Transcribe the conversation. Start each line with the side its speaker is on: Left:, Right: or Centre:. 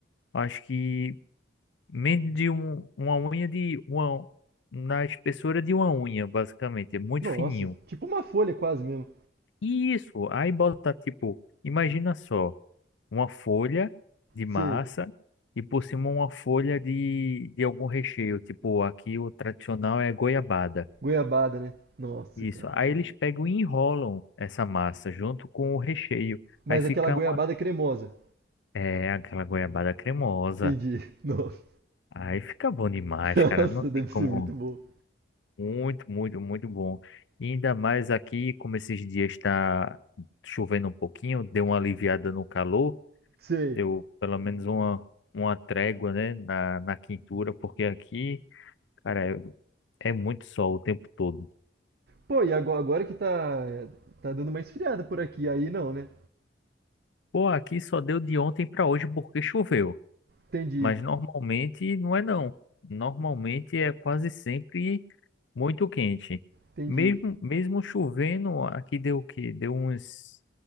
Left: acho que menos de um, uma unha de uma na espessura de uma unha, basicamente. É muito
Right: Nossa,
Left: fininho.
Right: tipo uma folha quase mesmo.
Left: E isso, aí bota tipo, imagina só, uma folha de massa
Right: Sei.
Left: e por cima uma folha de, de algum recheio. Tipo, aqui o tradicional é goiabada.
Right: Goiabada, né? Nossa,
Left: Isso.
Right: cara.
Left: Aí eles pegam e enrolam essa massa junto com o recheio.
Right: Mas
Left: Aí fica
Right: aquela goiabada
Left: uma,
Right: cremosa.
Left: é, aquela goiabada cremosa.
Right: Entendi. <laughs> Nossa.
Left: Aí fica bom demais,
Right: Nossa,
Left: cara. Não tem
Right: deve
Left: como.
Right: ser muito bom.
Left: Muito, muito, muito bom. E ainda mais aqui, como esses dias está chovendo um pouquinho, deu uma aliviada no calor,
Right: Sei.
Left: deu pelo menos uma, uma trégua, né, na, na quintura, porque aqui, cara, é, é muito sol o tempo todo.
Right: Pô, e ago- agora que tá, tá dando uma esfriada por aqui, aí não, né?
Left: Pô, aqui só deu de ontem para hoje porque choveu.
Right: Entendi,
Left: Mas normalmente não é não. Normalmente é quase sempre muito quente.
Right: entendi,
Left: Mesmo, mesmo chovendo, aqui deu o quê? Deu uns.